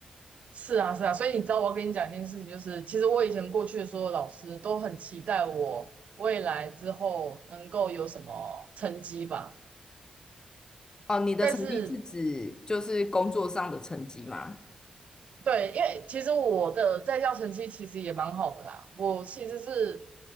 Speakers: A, on the right (about 65°); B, on the left (about 30°).
A: 是啊，是啊，所以你知道我要跟你讲一件事情，就是其实我以前过去的所有老师都很期待我未来之后能够有什么成绩吧，
B: 哦，你的成绩是指就是工作上的成绩吗？
A: 但是对，因为其实我的在校成绩其实也蛮好的啦，我其实是 <laughs>